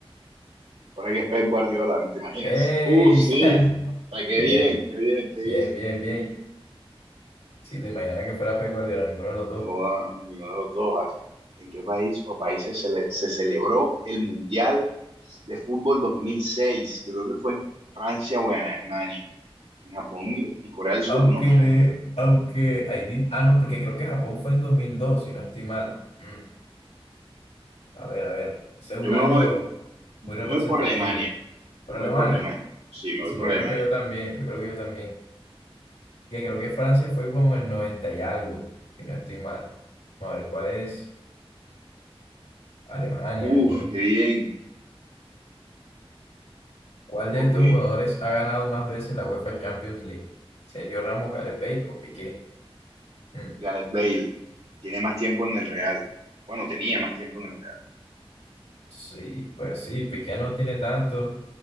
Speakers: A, on the right (about 85°); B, on the left (about 85°).
A: Ahora que es Pep Guardiola, ¿te imaginas?
B: ¡Ey!
A: Uf, sí.
B: <laughs>
A: O sea, qué bien,
B: Bien,
A: qué bien, qué
B: bien,
A: bien.
B: bien, bien. bien. Si te imaginaba que fuera Pep Guardiola, ninguno de los
A: No,
B: dos.
A: ah, ninguno de los dos. ah. ¿En qué país o países se, le- se celebró el Mundial de Fútbol dos mil seis Yo creo que fue en Francia o en Alemania. en Japón y, y Corea del Sur,
B: Aunque,
A: no sé.
B: aunque, ahí di- ah, no, porque creo que Japón fue en 2002, si no estoy mal. Mm. A ver, a ver. Ese es
A: Yo
B: un
A: me
B: año
A: voy, yo
B: muy representativo.
A: me voy por Alemania. Yo
B: ¿Por
A: me
B: Alemania?
A: voy por Alemania. Sí, me
B: Sí,
A: voy por
B: yo
A: Alemania.
B: creo que yo también. Yo creo que yo también. Que creo que Francia fue como el 90 y algo, si no estoy mal. Vamos A ver, ¿cuál es? Alemania,
A: Uf,
B: bien.
A: qué bien.
B: ¿Cuál de
A: Ok,
B: estos jugadores ha ganado más veces la UEFA Champions League? ¿Sergio Ramos, Gareth Bale o Piqué? Mm,
A: Gareth Bale tiene más tiempo en el Real. Bueno, tenía más tiempo en el Real.
B: Sí, pues sí, Piqué no tiene tanto.